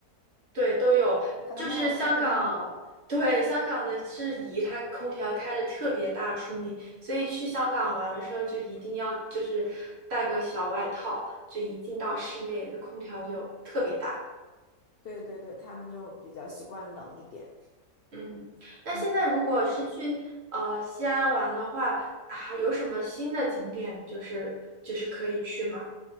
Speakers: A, on the right; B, on the left.
A: 对，都有。
B: 可能没有开的那么冷。
A: 就是香港，对，香港的是宜，它空调开的特别大出名，所以去香港玩的时候就一定要就是带个小外套，就一进到室内，空调就特别大。
B: 对对对，他们就比较习惯冷一点。
A: 嗯，那现在如果是去呃西安玩的话，
B: 嗯
A: 还有什么新的景点就是就是可以去吗？